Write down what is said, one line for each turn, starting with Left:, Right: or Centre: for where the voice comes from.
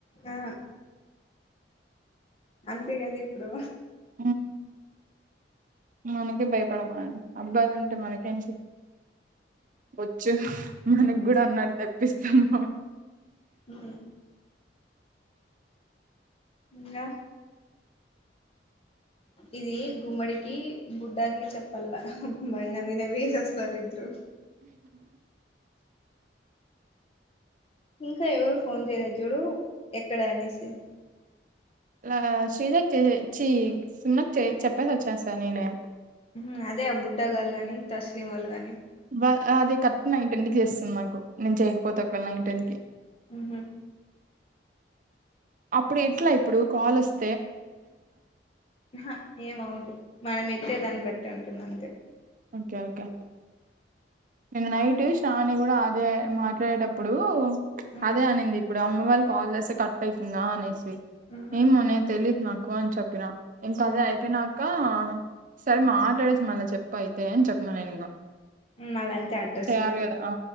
Left: ఆ అంతే కదా ఇప్పుడు
Right: ఆ మనకే భయపడమండి అబ్బాయిలు ఉంటే మనకేంటి వచ్చు మనకు కూడా అన్నారు తెప్పిస్తాము
Left: ఉ ఇంగా ఇది గుమ్మడికి బుడ్డాకిి చెప్పల్ల వాళ్ళు నవి నవి సస్తారు ఇద్దరు ఇంకా ఎవరు ఫోన్ చేయలే చూడు ఎక్కడ అనేసి
Right: ఆ శ్రీజకి చేసి చి సుమా చె చెప్పేసి వచ్చేసా నేనే
Left: ఉ అదే ఆ బుడ్డగాళ కానీ తస్లిం వాళ్ళు కాని
Right: బ అది కరెక్ట్ నైన్ టెన్ కి చేస్తుంది మాకు నేను చేయకపోతే ఒకవేళ నైన్ టెన్ కి
Left: ఉహు
Right: అప్పుడు ఎట్లా ఇప్పుడు కాల్ వస్త
Left: ఆహా ఏమవుద్దు మనం ఎత్తే దాన్ని బట్టి ఉంటుంది అంతే
Right: ఓకే ఓకే నేను నైట్ శ్రావణి కూడా అదే మాట్లాడేటప్పుడు
Left: ఉమ్
Right: అదే అనింది ఇప్పుడు అమ్మ వాళ్ళు కాల్ చేస్తే కట్ అయితుందా అనేసి
Left: ఉహు
Right: ఏమో నే తెలిదు నాకు అని చెప్పిన ఇంకా
Left: ఉమ్
Right: అదే అయిపోయినాక సరే మాట్లాడేసి మళ్ళా చెప్ప అయితే అని చెప్పన్నా నేను ఇంగా
Left: మళ్ళంతే అడ్రస్
Right: చేయ్యాలి
Left: లేదు
Right: కదా ఆ